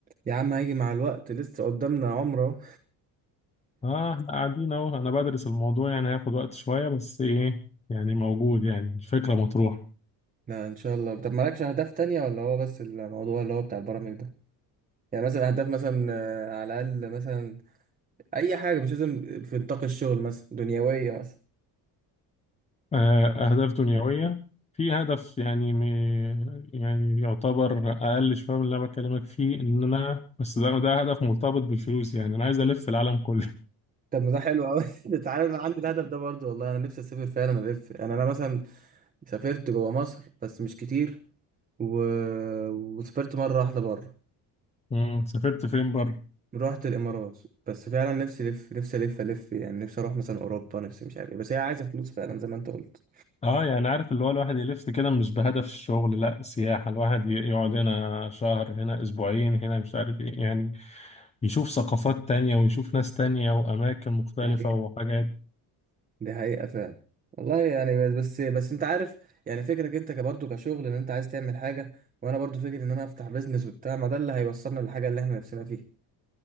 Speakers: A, on the right; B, on the left.
A: يا عم هيجي مع الوقت لسه قدامنا عمره
B: اه احنا قاعدين اهو انا بدرس الموضوع يعني هياخد وقت شوية بس ايه يعني موجود يعني الفكرة مطروحة
A: لا ان شاء الله طب مالكش اهداف تانية ولا هو بس الموضوع اللي هو بتاع البرامج ده يعني مثلا اهداف مثلا آه، على الاقل مثلا اي حاجه مش لازم في نطاق الشغل مثلا دنيويه مثلا
B: آه، أهداف دنيوية في هدف يعني م... يعني يعتبر أقل شوية من اللي أنا بكلمك فيه إن أنا بس ده ده هدف مرتبط بالفلوس يعني أنا عايز ألف العالم كله
A: طب ما ده حلو قوي <laughs> تعالى انا عندي الهدف ده برضو والله انا نفسي اسافر فعلا الف يعني انا مثلا سافرت جوه مصر بس مش كتير و... وسافرت مرة واحدة بره
B: <laughs> مم. سافرت فين بره؟
A: رحت الإمارات بس فعلا نفسي ألف نفسي ألف ألف يعني نفسي أروح مثلا أوروبا نفسي مش عارف إيه بس هي عايزة فلوس فعلا زي ما أنت قلت
B: أه يعني عارف اللي هو الواحد يلف كده مش بهدف الشغل لأ سياحة الواحد ي- يقعد هنا شهر هنا أسبوعين هنا مش عارف إيه يعني يشوف ثقافات تانية ويشوف ناس تانية وأماكن مختلفة
A: دي حقيقة
B: وحاجات
A: دي حقيقة فعلا والله يعني بس بس بس أنت عارف يعني فكرك أنت برضه كشغل إن أنت عايز تعمل حاجة وأنا برضه فكرة إن أنا أفتح بيزنس وبتاع ما ده اللي هيوصلنا للحاجة اللي إحنا نفسنا فيها